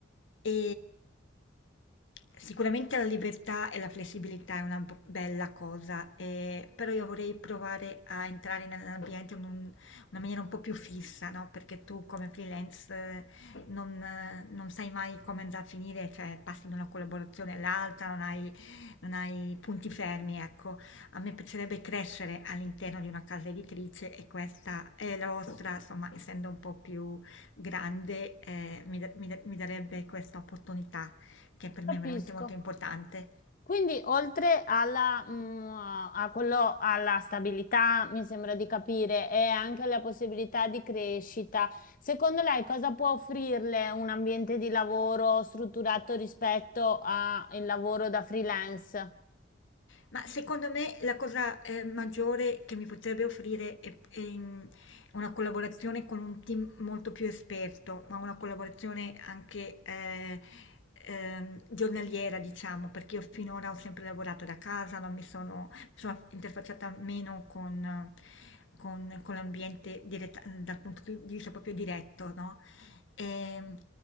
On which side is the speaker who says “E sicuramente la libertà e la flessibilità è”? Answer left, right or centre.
Left